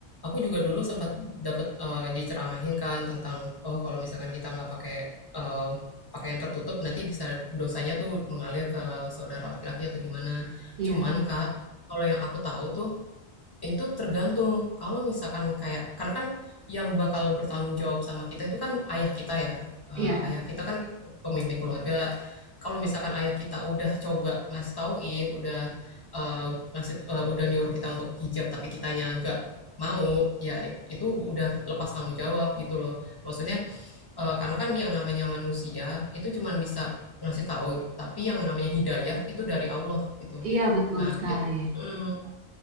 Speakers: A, on the left; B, on the right.
A: Aku juga dulu sempat dapat eee, diceramahin kan tentang, oh, kalau misalkan kita nggak pakai, eee, pakaian tertutup nanti bisa dosanya tuh mengalir ke saudara laki-laki atau gimana.
B: iya
A: Cuman Kak, kalau yang aku tahu tuh itu tergantung, kalau misalkan kayak karena kan yang bakal bertanggung jawab sama kita itu kan ayah kita ya, eee,
B: iya
A: ayah kita kan pemimpin keluarga. Kalau misalkan ayah kita udah coba ngasih tauin, udah, eee, ngasih eee, udah nyuruh kita untuk hijab tapi kitanya nggak mau, ya itu udah lepas tanggung jawab gitu loh. Maksudnya, eee, karena kan yang namanya manusia itu cuma bisa ngasih tahu, tapi yang namanya hidayah itu dari Allah gitu.
B: iya betul
A: Nah
B: sekali
A: it mhm.